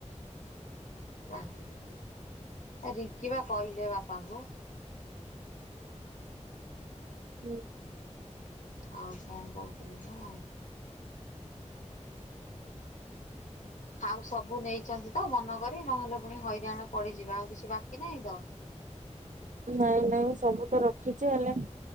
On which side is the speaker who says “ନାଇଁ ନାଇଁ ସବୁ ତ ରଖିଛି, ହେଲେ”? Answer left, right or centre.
Right